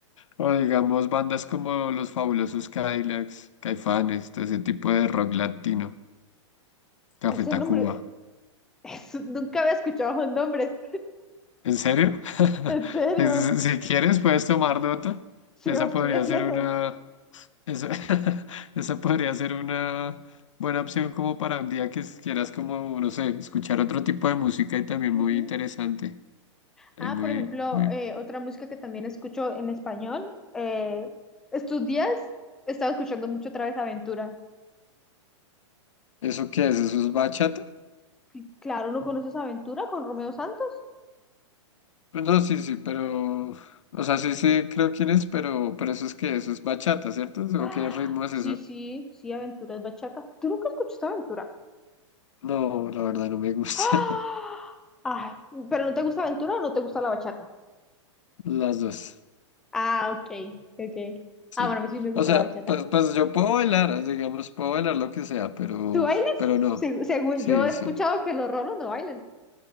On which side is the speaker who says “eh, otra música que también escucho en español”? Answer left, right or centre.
Centre